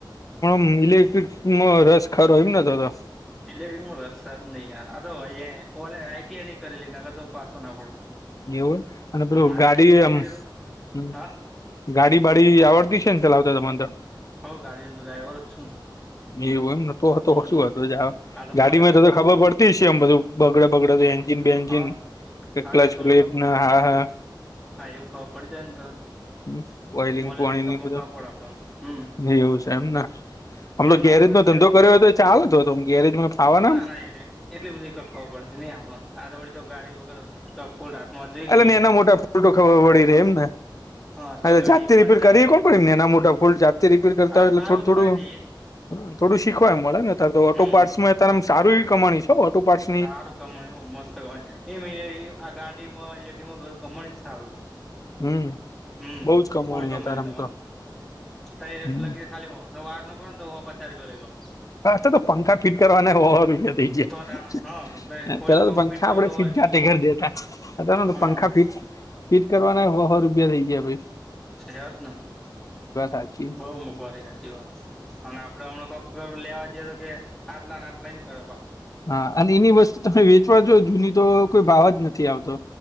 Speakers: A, on the left; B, in the centre.
A: મીલેટ્રીકસ માં રસ ખરો એમ તો તો.
B: ઇલેક્ટિકમાં રસ જ નહી આઈ આરટીઆઇ નહી કરેલી નકર હું પાસો ના પડું.
A: એવું હે અને પેલુ
B: હમ આ
A: ગાડી
B: તો આઈટીઆઈ ની
A: આમ
B: કરી
A: હ.
B: તો હા
A: ગાડી બાડી આવડતી છે ચલા આવતા તમાને તો.
B: હો ગાડીનો તો ડ્રાઈવર છું
A: એવું એમ નતો હતો
B: ને હમ
A: શું હતો જ
B: આ તો
A: ગાડી
B: બોલેરો
A: માં તો
B: ચલવું
A: ખબર પડતી તે સેમ બધું બગડે બગડે એન્જિન બેએન્જિન
B: હા હાલે
A: ક્લચ
B: થોડું
A: બ્રેક
B: ચોક
A: ને આ.
B: હા એવું ખબર પડી જાયને તો.
A: હ ઓઇલિંગ
B: બોલેરો
A: પાણી
B: પિકઅપમાં
A: ઈ બધું
B: ખબર પડે આપણને હમ
A: એવું છે એમને. આમ
B: સેલ
A: તો
B: ના
A: ગેરેજનો
B: વગર સેલ
A: ધંધો કર્યો હોય તોય ચાલે તો ગેરેજમાં. ફાવાના
B: ના-ના યાર એટલી બધી ખબર પડતી નહી આપણો આે વડી ચો ગાડી વગર. ચોક ફૂલ હાથમાં જોઈ
A: એટ
B: લઈએ
A: ને એના મોટા ફોટો ખબર પડી
B: હા
A: રહે એમને.
B: હા ચો
A: હવે
B: ગાડી
A: જાતે
B: તમારી
A: રીપેર
B: જાય
A: કરીએ કોણ પ એમને એના મોટા ફોલ્ટ જાતે રિપેર કરતા
B: હા
A: હોય
B: થાય
A: એટલે થોડું-થોડું.
B: એવું તો કરી દઈએ
A: હમ્મ થોડું શીખવાયમ મળે ને અતારે તો ઓટો
B: હમ
A: પાર્ટ્સમાં અતારે સારુ એવી કમાણી છે. કેમ ઓટોપર્ટ્સ
B: સારુ કમાણી હું મસ્ત એ આ ગાડી માં ઇલેક્ટ્રિક માં બધું કમાણી સારુ.
A: હમ
B: હમ્મ
A: બઉ જ
B: ફૂલ કમાણી
A: હે તારેમ
B: તમારે
A: તો
B: કહે
A: હમ
B: એટલા આલી દેવાના. તો વાયર નો કરુ ઓમે પચા રૂપિયા લઈ લઉ.
A: હાસ્તે પંખા ફિટ કરવાના હો રોપિયાં. થઈ ગયા
B: તો તાણા હા ખોલીને
A: પેલા
B: પંખો
A: તો પંખા
B: કરો
A: આપડે
B: તો સો
A: ફીટ
B: રૂપિયા
A: જાતે
B: લે
A: કરી દેતા અતારે તો
B: હા
A: પંખા ફીટ ફિટ કરવાના હો-હો રૂપિયા થઈ ગયા ભઈ.
B: થયા જ ન
A: સાચી
B: બહુ મોઘવારી હાચી વાત અને આપડે હમણા કોક ઘર લેવા જઈએ તો કે આટલાને આટલા એમ કરવા.
A: હા અને એની વસ્તુ તમે વેચવા જો જૂની તો કોઈ ભાવ જ નથી આવતો.